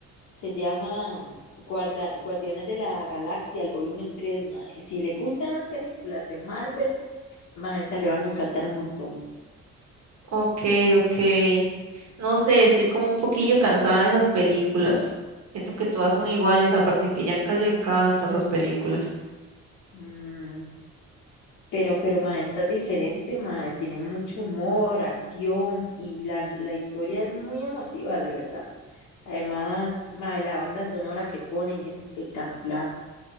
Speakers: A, on the left; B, on the right.
A: se llama Guarda- Guardianes de la Galaxia, el volumen tres mae. Si le gustan las películas de Marvel, mae, esa le van a encantar un montón.
B: Ok, ok. No sé, estoy como un poquillo cansada de esas películas. Siento que todas son iguales, aparte que a Yanka le encantan esas películas.
A: Mm, pero, pero, mae, esta es diferente, mae, tiene mucho humor, acción y la, la historia es muy emotiva, la verdad. Además, mae, la banda sonora que ponen es espectacular.